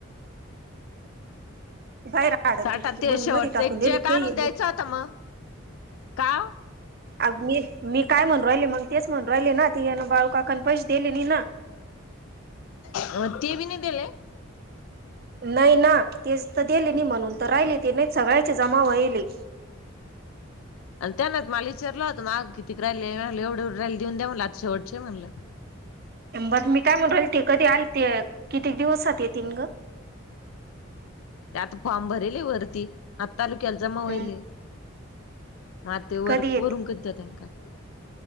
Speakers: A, on the right; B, on the left.
A: बाहेर अडकली
B: साठात्तीर
A: की मग
B: शेवटचा
A: मध्ये टाकून
B: एक
A: दिले
B: चेक
A: काही
B: आणून द्यायचा होता मग. का?
A: अग मी, मी काय म्हणु राहिले? मग तेच म्हणु राहिले ना? ते बाळूकाकान पैसे दिले नाही ना.
B: अं. ते बी नाही दिले?
A: नाही ना? तेच तर दिले नाही म्हणून तर राहिले ते. नाहीत सगळ्याचे जमा होएल ए.
B: आन त्यान तर मला विचारल होत माग किती क रहायले? म्हणलं एवढे एवढे राहिले. देऊन द्या म्हणलं आता शेवटचे ए म्हणलं.
A: ब मी काय म्हणू राहिले ते कधी आलते? कितीक दिवसात येतील ग?
B: ते आता फॉर्म भरले ए वरती. आता तालुक्याला जमा होईल
A: हम्म
B: ए. म आता ते
A: कधी
B: वर्क <unintelligible>